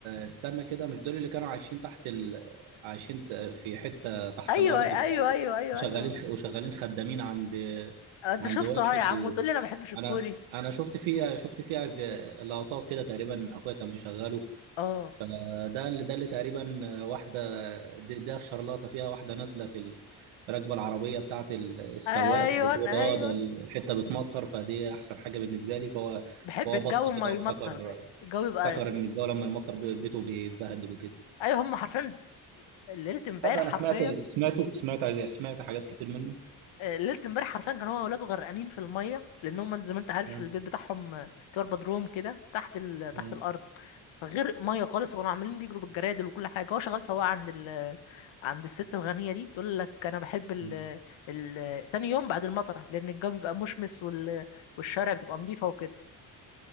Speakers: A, on the right; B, on the left.
A: استنى كده مش دول اللي كانوا عايشين تحت ال... عايشين ت- في حتة تحت
B: ايوه
A: الأرض
B: ايوه
A: كده
B: ايوه ايوه
A: وشغالين
B: ايوه
A: وشغالين خدامين عند
B: آه، انت
A: عند
B: شفته
A: واحد
B: ها يا عم
A: و...
B: وتقول لي انا ما بحبش الكوري
A: أنا أنا شفت فيها شفت فيها ج- لقطات كده تقريبا أخويا كان بيشغله
B: اه
A: فده اللي ده اللي تقريبا واحده دي- ده شرلاطه فيها واحده نازله في الركبه العربيه بتاعت ال- السواق
B: ايوه
A: فبتقول
B: ايوه
A: اه ده الحته بتمطر فدي احسن حاجه بالنسبه لي فهو
B: بحب
A: فهو
B: الجو
A: بص
B: ما
A: كده
B: يمطر
A: وافتكر
B: الجو يبقى
A: افتكر ان الجو لما يمطر بي- بيته بيتبهدل وكده
B: ايوه هم حرفيا ليله امبارح
A: لا، ده انا
B: حرفيا
A: سمعت ال... سمعته سمعت سمعت حاجات كتير منه
B: آه، ليله امبارح حرفيا كان هو وولاده غرقانين في الميه لان هم زي ما انت عارف
A: مم.
B: البيت بتاعهم آه، تبقى بدروم كده تحت ال...
A: مم.
B: تحت الارض فغرق ميه خالص وكانوا عمالين بيجروا بالجرادل وكل حاجه هو شغال سواق عند ال... عند الست الغنيه دي تقول لك انا بحب ال...
A: مم.
B: ال... تاني يوم بعد المطره لان الجو بيبقى مشمس وال... والشارع بتبقى نظيفه وكده